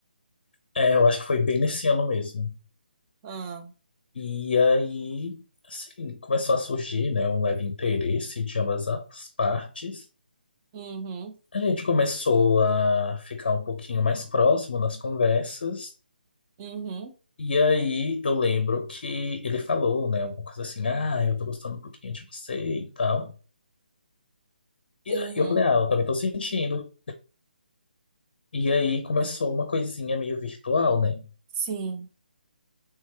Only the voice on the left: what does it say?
É, eu acho que foi bem nesse ano mesmo.
E aí, assim, começou a surgir, né, um leve interesse de ambas as partes.
A gente começou a ficar um pouquinho mais próximo nas conversas.
E aí eu lembro que ele falou, né, alguma coisa assim, ah, eu tô gostando um pouquinho de você e tal. E
aí eu falei, ah, eu também tô sentindo. E aí começou uma coisinha meio virtual, né?